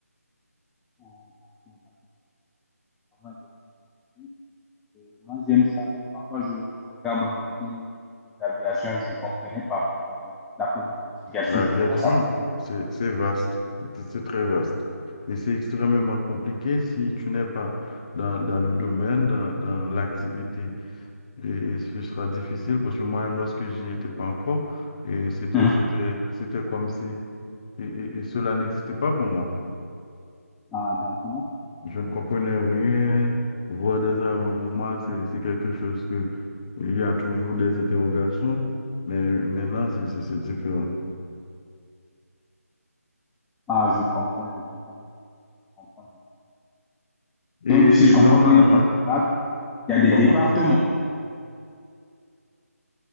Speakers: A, in the centre; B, on the left.
A: Ah, d'accord, d'accord. C'est vraiment intéressant ce que vous faites. Et moi, j'aime ça. Parfois, je, je regarde dans des films euh, des trucs d'aviation, je ne comprenais pas. Mais d'après votre explication,
B: D'accord.
A: je
B: L'aviation,
A: commence à comprendre.
B: c'est c'est vaste, c'est c'est très vaste. Et c'est extrêmement compliqué si tu n'es pas dans, dans le domaine, dans, dans l'activité. Et, et ce sera difficile parce que moi-même, lorsque j'y étais pas encore, et c'était,
A: Mhm.
B: c'était, c'était comme si et, et- et cela n'existait pas pour moi.
A: Ah, d'accord.
B: Je ne comprenais rien. Voir des avions, pour moi, c'est c'est quelque chose que il y a toujours des interrogations, mais maintenant, c'est c'est- c'est différent.
A: Ah, je comprends, je comprends, je comprends.
B: Et
A: Donc, si je comprends
B: normalement,
A: bien, en général, il y a des
B: comment?
A: départements.